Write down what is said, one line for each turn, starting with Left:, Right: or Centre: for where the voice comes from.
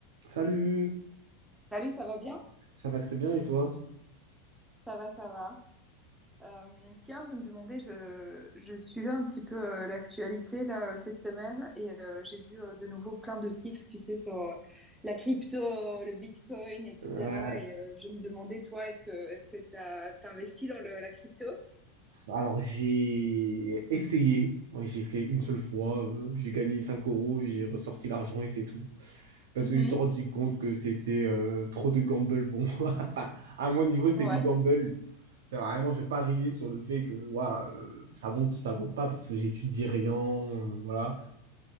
Right: Salut,
Centre: Salut, ça va bien?
Right: ça va très bien et toi?
Centre: Ça va, ça va. Euh, tiens, je me demandais, je, je suivais un petit peu euh, l'actualité là euh, cette semaine et euh, j'ai vu euh, de nouveau plein de titres, tu sais, sur euh, la crypto, le Bitcoin, etc.
Right: Euh,
Centre: Et euh, je me demandais, toi, est-ce que est-ce que t'as t'investis dans le- la crypto?
Right: alors j'ai essayé, Moi, j'ai fait une seule fois, euh, j'ai gagné 5 euros, j'ai ressorti l'argent et c'est tout. Parce
Centre: Mhm.
Right: que je me suis rendu compte que c'était euh, trop de gamble pour moi. <laughs> Enfin, à mon niveau, c'était
Centre: Ouais.
Right: du gamble. C'était vraiment, je pariais sur le fait que ouah, euh, ça monte ou ça monte pas parce que j'étudie rien, euh, voilà.